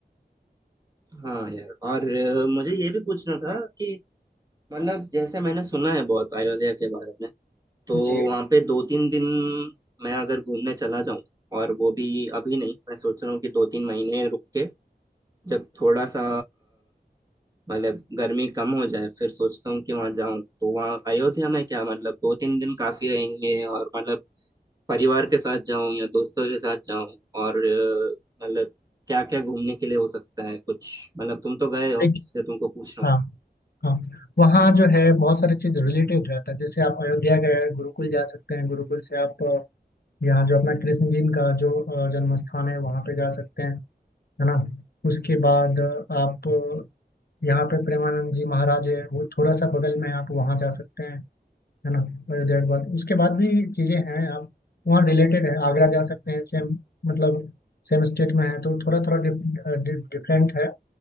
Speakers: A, on the right; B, on the left.
A: हाँ यार और अ, मुझे ये भी पूछना था कि मतलब जैसे मैंने सुना है बहुत अयोध्या के बारे में तो
B: जी हैं
A: वहाँ पे दो तीन दिन मैं अगर घूमने चला जाऊँ और वो भी अभी नहीं मैं सोच रहा हूँ कि दो तीन महीने रुक के जब थोड़ा सा मतलब गर्मी कम हो जाए फिर सोचता हूँ कि वहां जाऊं तो वहाँ अयोध्या में क्या मतलब दो तीन दिन काफी रहेंगे और मतलब परिवार के साथ जाऊं या दोस्तों के साथ जाऊं और अ, मतलब क्या क्या घूमने के लिए हो सकता है कुछ मतलब तुम तो गए हो
B: एक
A: इसलिए तुमको पूछ रहा
B: हाँ
A: हूँ
B: हाँ वहाँ जो है बहुत सारी चीज रिलेटेड रहता है जैसे आप अयोध्या गए गुरुकुल जा सकते हैं गुरुकुल से आप अ, यहाँ जो अपना कृष्ण जी का जो अ, जन्म स्थान है वहाँ पे जा सकते हैं है ना उसके बाद अ, आप अ, यहाँ पे प्रेमानंद जी महाराज है वो थोड़ा सा बगल में है, आप वहाँ जा सकते हैं है ना देर बाद उसके बाद भी चीज़ें हैं आप वहाँ रिलेटेड है आगरा जा सकते हैं सेम मतलब सेम स्टेट में है तो थोड़ा थोड़ा डिफरेंट है